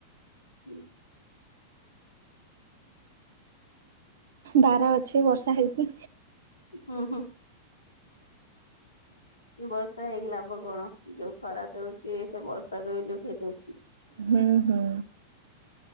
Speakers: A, on the left; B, on the right.
A: ହୁଁ <inaudible>
B: ବାର ଅଛି ବର୍ଷା ହେଇଛି।
A: ହୁଁ ହୁଁ। ବର୍ଷା ହେଇକି ଲାଭ କଣ ଯୋଉ ଖରା ଦଉଚି ସେ ବର୍ଷାକୁ ବି ଲିଭେଇ ଦଉଛି।
B: ହୁଁ ହୁଁ।